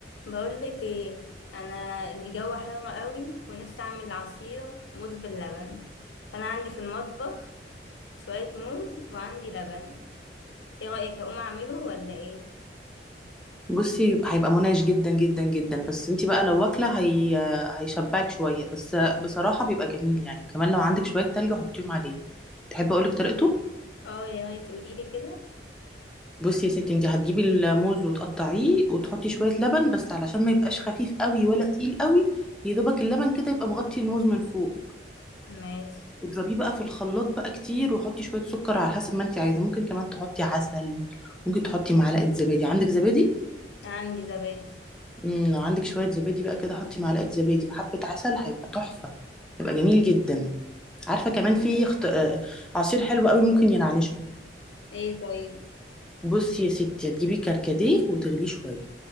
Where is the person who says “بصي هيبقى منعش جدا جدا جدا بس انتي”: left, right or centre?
Centre